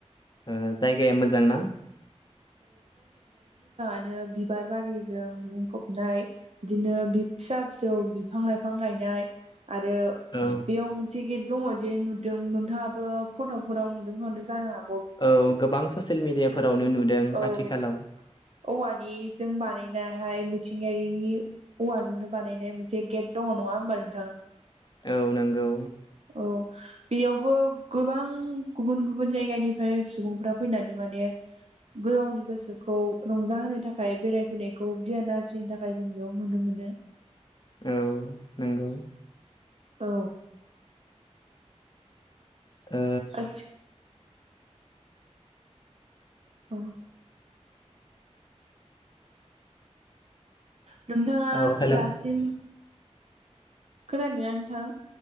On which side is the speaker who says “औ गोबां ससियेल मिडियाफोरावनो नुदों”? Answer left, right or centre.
Left